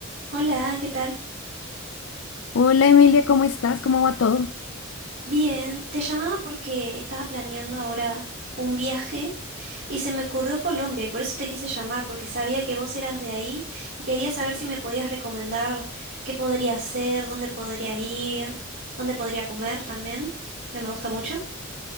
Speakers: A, on the right; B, on the left.
A: Hola, ¿qué tal?
B: Hola Emilia, ¿cómo estás? ¿Cómo va todo?
A: Bien, te llamaba porque estaba planeando ahora un viaje y se me ocurrió Colombia y por eso te quise llamar, porque sabía que vos eras de ahí y quería saber si me podías recomendar qué podría hacer, dónde podría ir, dónde podría comer también, que me gusta mucho.